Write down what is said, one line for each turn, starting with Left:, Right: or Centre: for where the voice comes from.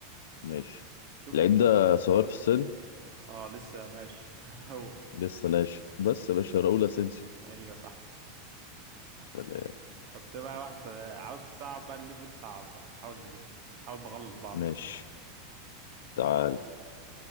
Left: ماشي
Right: شوف
Left: اللعيب
Right: المدافعين
Left: ده صغير في السن
Right: اه لسه ناش <laughs> هو
Left: لسه ناشئ بس يا باشا راؤول اسينسيو
Right: ايوه صح
Left: سلام
Right: نحط بقى واحد في عاوز صعب بقى الليفل صعب بقى نحاول نجيب نحاول نغلط بعض
Left: ماشي
Right: بقى
Left: تعال